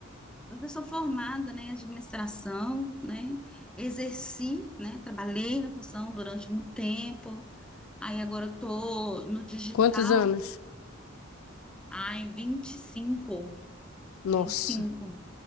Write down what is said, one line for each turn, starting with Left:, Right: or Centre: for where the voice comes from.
Centre: eu sou formada, né, em administração, né? Exerci, né? Trabalhei na função durante muito tempo. Aí agora eu tô no digital.
Left: Quantos anos?
Centre: Ai, vinte vinte e cinco,
Left: Nossa.
Centre: vinte e cinco,